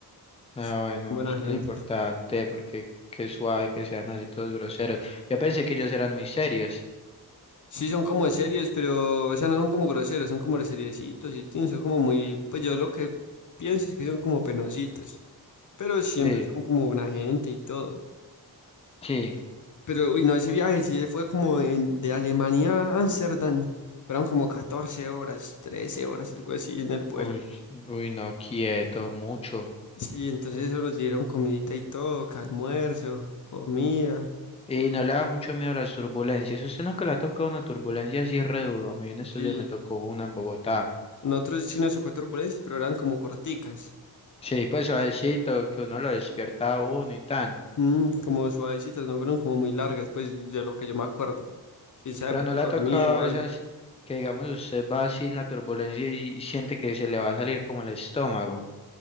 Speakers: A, on the left; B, on the left.
A: Ah,
B: sí,
A: bueno,
B: son Buena
A: eso
B: gente.
A: es lo importante,
B: Sí,
A: porque qué suave que sean así todos groseros. Yo pensé que ellos eran muy serios.
B: Sí, son como de series, pero, o sea, no son como groseros, son como de seriecitos y tin, son como muy, pues yo lo que pienso es que son como penositos, pero siempre
A: Sí,
B: son como buena gente y todo.
A: sí.
B: Pero, uy, no, ese viaje sí fue como en- de Alemania a Ámsterdam, fueron como 14 horas, 13 horas, algo así en el vuelo.
A: Uy, uy, no, quieto, mucho.
B: Sí, entonces eso nos dieron comidita y todo, que almuerzo, comida.
A: Y no le da mucho miedo a las turbulencias. Usted no que le ha tocado una turbulencia así re duro. A mí en estos
B: Sí.
A: días me tocó una en Bogotá.
B: Nosotros sí nos tocó turbulencias, pero eran como corticas.
A: Sí, pues suavecito, que uno lo despierta a uno y tan.
B: Mm, como suavecitas, no fueron como muy largas, pues de lo que yo me acuerdo. Quién sabe,
A: Pero
B: de pronto
A: no le ha
B: dormido
A: tocado
B: o algo.
A: esas que, digamos, usted va así en la turbulencia y siente que se le va a salir como el estómago.